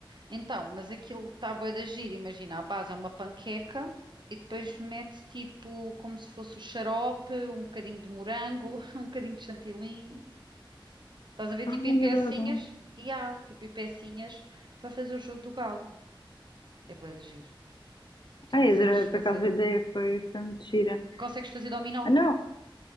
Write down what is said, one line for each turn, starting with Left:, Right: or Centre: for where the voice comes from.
Right: Então, mas aquilo está bué de giro. Imagina, a base é uma panqueca e depois mete tipo como se fosse o xarope, um bocadinho de morango, <laughs> um bocadinho de chantilly. Estás a ver
Left: Ai,
Right: tipo em pecinhas?
Left: adoro.
Right: E há tipo em pecinhas para fazer o jogo do galo. É bué de giro. Tu
Left: Ai,
Right: consegues
Left: adorei,
Right: fazer.
Left: por acaso a ideia foi, foi muito gira.
Right: Consegues fazer dominó?
Left: Ah, não,